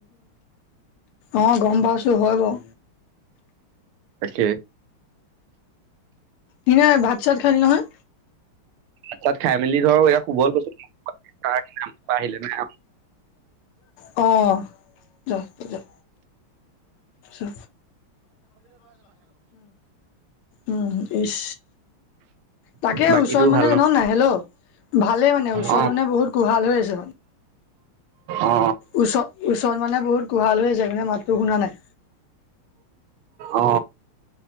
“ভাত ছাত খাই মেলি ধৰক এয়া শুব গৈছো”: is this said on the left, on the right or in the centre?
Right